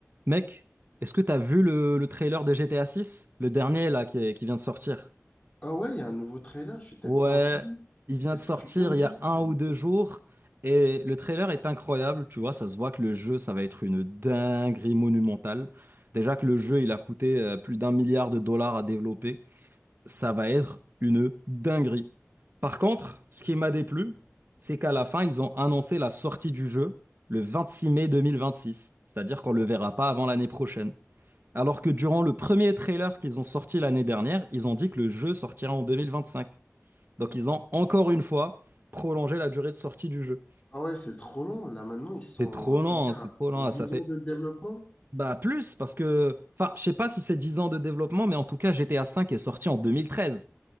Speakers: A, on the right; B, on the left.
A: Mec, est-ce que t'as vu le, le trailer de GTA Six, Le dernier là qui, est- qui vient de sortir.
B: Ah ouais, il y a un nouveau trailer, je t'ai
A: Ouais,
B: pas au courant.
A: il vient
B: Est-ce
A: de sortir
B: que tu peux me dire?
A: il y a un
B: euh,
A: ou deux jours et le trailer est incroyable, tu vois, ça se voit que le jeu ça va être une dinguerie monumentale. Déjà que le jeu il a coûté euh, plus d'un milliard de dollars à développer, ça va être une dinguerie. Par contre, ce qui m'a déplu, c'est qu'à la fin ils ont annoncé la sortie du jeu le vingt-six mai deux mille vingt six c'est-à-dire qu'on le verra pas avant l'année prochaine. Alors que durant le premier trailer qu'ils ont sorti l'année dernière, ils ont dit que le jeu sortira en 2025. Donc ils ont encore une fois prolongé la durée de sortie du jeu.
B: Ah ouais, c'est trop long. Là maintenant, ils sont
A: C'est trop
B: à
A: lent,
B: combien?
A: hein, c'est
B: à-
A: trop
B: Sur
A: lent,
B: dix
A: ça fait...
B: ans de développement?
A: Bah plus, parce que... Enfin, je sais pas si c'est 10 ans de développement, mais en tout cas GTA V est sorti en 2013.